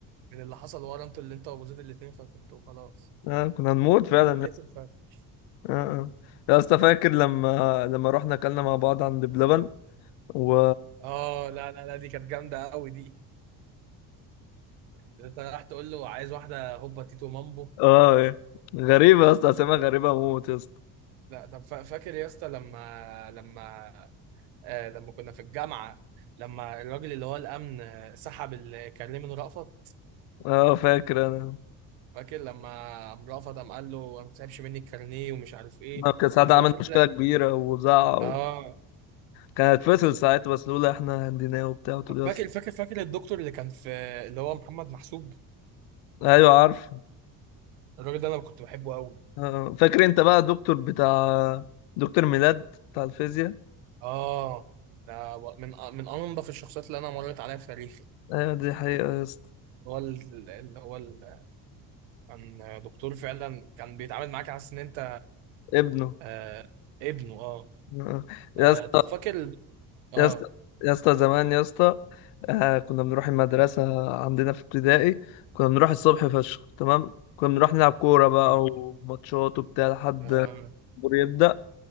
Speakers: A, on the right (about 75°); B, on the left (about 70°).
A: من اللي حصل ورا انتوا اللي انت وابو زيد الاثنين كنتوا خلاص
B: آه. كنا هنموت فعلا
A: خليته
B: يا اسطى
A: الفرش
B: آه. آه. يا اسطى فاكر لما لما رحنا اكلنا مع بعض عند بلبن و
A: اه لا لا لا دي كانت جامده قوي دي انت راح تقول له عايز واحده هوبا تيتو مامبو
B: اه إيه. غريبة يا اسطى اسامي غريبة موت يا اسطى
A: لا طب فا- فاكر يا اسطى لما لما آه لما كنا في الجامعة لما الراجل اللي هو الأمن آه، سحب الكارنيه من رأفت
B: اه فاكر انا
A: فاكر لما قام رأفت قام قال له ما تسحبش مني الكارنيه ومش عارف ايه
B: ما كان ساعتها
A: وفي
B: عمل
A: الآخر
B: مشكله
A: كده
B: كبيره وزعق
A: اه
B: و... كان هيتفصل ساعتها بس لولا احنا هنديناه وبتاع وتقول يا
A: فاكر
B: اسطى
A: فاكر فاكر الدكتور اللي كان في اللي هو محمد محسوب
B: ايوه عارف
A: الراجل ده أنا كنت بحبه قوي
B: آه، اه. فاكر انت بقى الدكتور بتاع دكتور ميلاد بتاع الفيزياء
A: اه ده و- من من أنظف الشخصيات اللي أنا مريت عليها في تاريخي
B: ايوه دي حقيقه يا اسطى
A: هو ال- اللي هو ال- كان دكتور فعلا كان بيتعامل معاك على أساس إن أنت
B: ابنه
A: آه، ابنه اه
B: آه، اه. يا
A: آه
B: اسطى
A: طب فاكر اه
B: يا اسطى يا اسطى زمان يا اسطى آه، كنا بنروح المدرسه عندنا في ابتدائي كنا بنروح الصبح فشخ تمام كنا بنروح نلعب كوره بقى
A: يعني
B: وماتشات وبتاع لحد
A: آه
B: الجمهور يبدأ